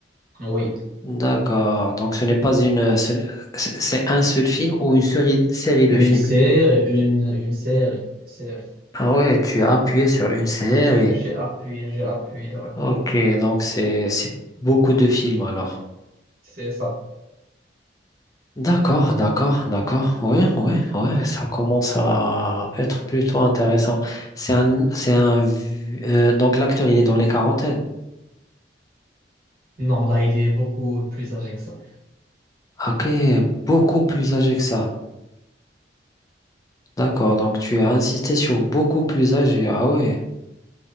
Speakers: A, on the right; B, on the left.
A: Oui.
B: D'accord. Donc ce n'est pas une... ce n- C'est c'est un seul film ou une série, série de
A: Une
B: films.
A: série, une, une série, une série.
B: Ah ouais, tu as appuyé sur une série.
A: J'ai appuyé, j'ai appuyé, ouais.
B: Ok, donc c'est c'est beaucoup de films alors.
A: C'est ça.
B: D'accord, d'accord, d'accord. Ouais, ouais, ouais, ça commence à être plutôt intéressant. C'est un, c'est un, vu- euh, donc l'acteur il est dans les quarantaines.
A: Non, là, il est beaucoup plus âgé que ça.
B: Ok, beaucoup plus âgé que ça. D'accord, donc tu as insisté sur beaucoup plus âgé. Ah ouais,